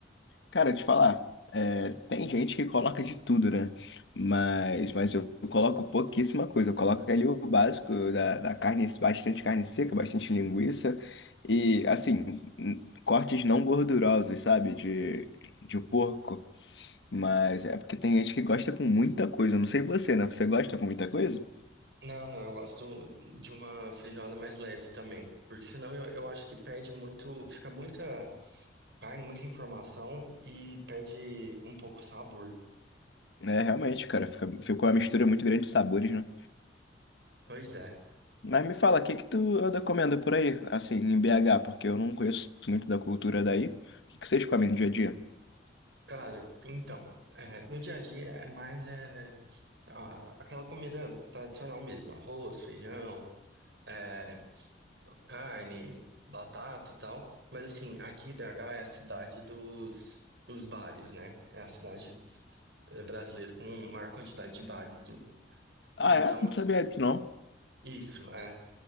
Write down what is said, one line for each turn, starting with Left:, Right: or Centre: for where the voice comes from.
Left: Cara, te falar, é, tem gente que coloca de tudo, né? Mas, mas eu coloco pouquíssima coisa. Eu coloco ali o básico da, da carne, bastante carne seca, bastante linguiça e, assim, n- cortes não gordurosos, sabe? De, de porco. Mas é porque tem gente que gosta com muita coisa. Eu Não sei você, né? Você gosta com muita coisa?
Right: Não, não, eu gosto de uma feijoada mais leve também, porque senão eu, eu acho que perde muito, fica muita Carne, muita informação e perde um pouco o sabor.
Left: É, realmente, cara, fica, fica uma mistura muito grande de sabores, né?
Right: Pois é.
Left: Mas me fala, o que que tu anda comendo por aí, assim, em BH, porque eu não conheço muito da cultura daí. O que que vocês comem no dia a dia?
Right: Cara, então, é, no dia a dia é mais é, a- aquela comida tradicional mesmo, arroz, feijão, é, carne, batata e tal. Mas assim, aqui BH é a cidade dos, dos bares, né? É a cidade é, brasileira com a maior quantidade de bares do.
Left: Ah,
Right: Então,
Left: é? Não
Right: as-
Left: sabia disso, não.
Right: isso, é.